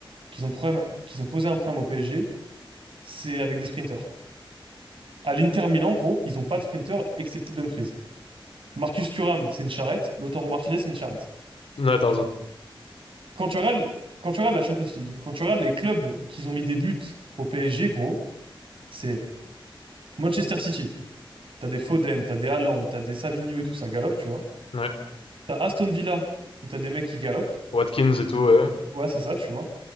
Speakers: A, on the right (about 70°); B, on the left (about 80°).
A: qui ont, problème, qui ont posé un problème au PSG, c'est avec des sprinters. À l'Inter Milan, en gros, ils n'ont pas de sprinter excepté Dumfries. Marcus Thuram, c'est une charrette. Lautaro Martinez, c'est une charrette.
B: Ouais, t'as raison.
A: Quand tu regardes, quand tu regardes la Champions League, quand tu regardes les clubs qui ont mis des buts au PSG, gros, c'est Manchester City. T'as des Foden, t'as des Haaland, t'as des Savigno et tout, ça galope, tu vois.
B: Ouais.
A: T'as Aston Villa, où t'as des mecs qui galopent.
B: Watkins et tout, ouais.
A: Ouais, c'est ça, tu vois.